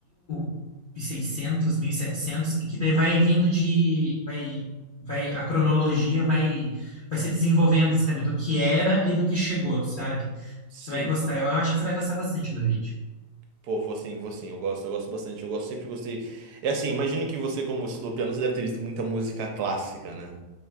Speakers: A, on the left; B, on the right.
A: 1600, 1700, e setecentos, e que daí vai vindo de, vai, vai, a cronologia vai, vai se desenvolvendo, sabe, do que era e do que chegou, sabe?
B: Sim.
A: Você vai gostar, eu acho que você vai gostar bastante do vídeo.
B: Pô, vou sim, vou sim. Eu gosto, eu gosto bastante. Eu gosto, sempre gostei. É assim, imagino que você, como estudou piano, você deve ter visto muita música clássica, né?